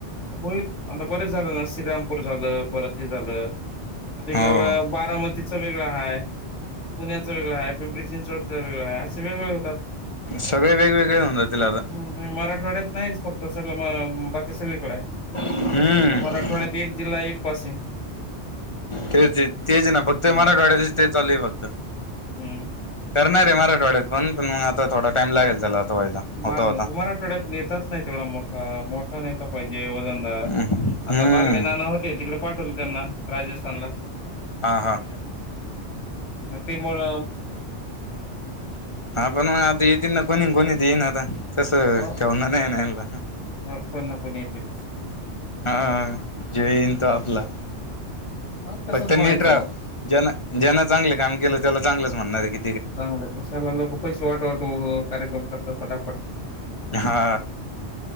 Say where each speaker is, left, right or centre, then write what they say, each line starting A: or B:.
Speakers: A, on the left (about 85°); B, on the left (about 25°).
A: होईल. आता बरेच झालं ना श्रीरामपूर झालं परत ते झालं. आता इकडं
B: हो
A: बारामतीचं वेगळं आहे, पुण्याचं वेगळं आहे, पिंपरी चिंचवड च वेगळ हाय. असं वेगवेगळ्या होतात.
B: सगळे वेगवेगळे होऊन जातील आता.
A: हम्म मराठवाड्यात नाहीच फक्त सगळं म बाकी सगळीकडे आहे.
B: हम्म
A: मराठवाड्यात एक जिल्हा एक पासिंग.
B: तेच तेच ना फक्त
A: हम्म
B: मराठवाड्यातच ते चालू आहे फक्त.
A: हम्म
B: करणार आहे मराठवाड्यात पण पण मग आता थोडा टाइम लागेल त्याला. व्हायला होता
A: मा
B: होता
A: कुमार आठवड्यात नेताच नाही तेवढा मोठा, मोठा नेता पाहिजे वजनदार.
B: हम्म
A: आता बागडे नाना होते, तिकडे पाठवले त्यांना राजस्थानला.
B: हा हा
A: त्यामुळे
B: हा पण मग आता येतील ना कोणी कोणीत येईन आता. तस
A: हो
B: ठेवणार नाही ना यांना.
A: हो कोण ना कोणी येतीलच
B: हा जो येईल तो आपला.
A: हा तसंच
B: फक्त
A: म्हणायचं
B: नीट रहा.
A: मग
B: ज्यांना ज्यांना चांगले काम केलं त्याला चांगलंच म्हणणार कि.
A: चांगलं कशाला लोक पैसे वाट वाटू कार्यक्रम करतात फटाफट.
B: हा.